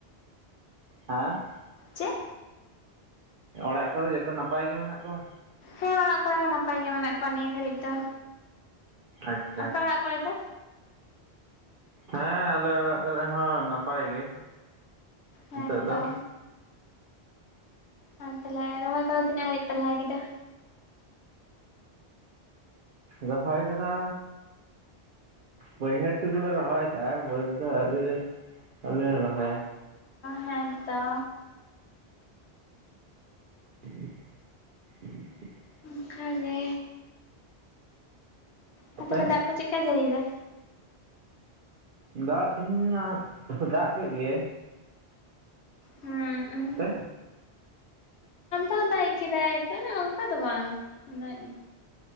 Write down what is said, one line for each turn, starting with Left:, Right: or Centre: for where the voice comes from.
Right: ᱦᱟᱸ?
Left: ᱪᱮᱫ
Right: ᱚᱲᱟᱜ ᱠᱚᱨᱮ ᱡᱚᱛᱚ ᱱᱟᱯᱟᱭ ᱜᱮ ᱢᱮᱱᱟᱜ ᱠᱚᱣᱟ?
Left: ᱦᱮᱸ ᱚᱲᱟᱜ ᱠᱚᱨᱮ ᱦᱚᱸ ᱱᱟᱯᱟᱭ ᱜᱮ ᱢᱮᱱᱟᱜ ᱠᱚᱣᱟ ᱱᱤᱭᱟᱹ ᱜᱟᱹᱲᱤᱜ ᱫᱚ᱾
Right: ᱟᱪᱪᱷᱟ
Left: ᱟᱯᱮ ᱚᱲᱟᱜ ᱠᱚᱨᱮ ᱫᱚ?
Right: ᱦᱮᱸ ᱟᱞᱮ ᱚᱲᱟᱜ ᱠᱚᱨᱮ ᱦᱚᱸ ᱱᱟᱯᱟᱭ ᱜᱮ᱾
Left: ᱦᱮᱸ
Right: ᱱᱤᱛᱚᱜ
Left: ᱛᱚ᱾
Right: ᱫᱚ
Left: ᱟᱨ ᱛᱟᱦᱚᱞᱮ ᱨᱚᱦᱚᱭ ᱠᱚᱫᱚ ᱛᱤᱱᱟᱹᱜ ᱦᱟᱨᱤᱜ ᱯᱮ ᱞᱟᱦᱟ ᱠᱮᱫᱟ?
Right: ᱨᱚᱦᱚᱭ ᱠᱚᱫᱚ ᱵᱟᱹᱭᱦᱟᱹᱲ ᱴᱩᱠᱩ ᱞᱮ ᱨᱚᱦᱚᱭ ᱠᱟᱜ-ᱟ ᱵᱟᱹᱫᱽ ᱫᱚ ᱟᱣᱨᱤ᱾ ᱟᱣᱨᱤᱞᱮ ᱨᱚᱦᱚᱭᱟ᱾
Left: ᱦᱮᱸ ᱛᱚ᱾
Right: <inaudible>
Left: ᱚᱱᱠᱟ ᱜᱮ, ᱛᱟᱦᱚᱞᱮ
Right: ᱟᱯᱮ?
Left: ᱫᱟᱜ ᱠᱚ ᱪᱮᱫᱠᱟᱭ ᱡᱟᱹᱲᱤᱭᱮᱫᱟ
Right: ᱫᱟᱜᱽ ᱛᱤᱦᱤᱧ ᱢᱟ ᱫᱟᱜᱽ ᱠᱮᱜ ᱜᱮᱭᱟᱭ᱾
Left: ᱦᱩᱸ
Right: ᱚᱱᱛᱮ?
Left: ᱫᱟᱭᱮᱜ ᱠᱮᱫᱟᱭ ᱛᱚ ᱚᱝᱠᱟ ᱫᱚ ᱵᱟᱝ ᱩᱱᱟᱹᱜ ᱜᱮ,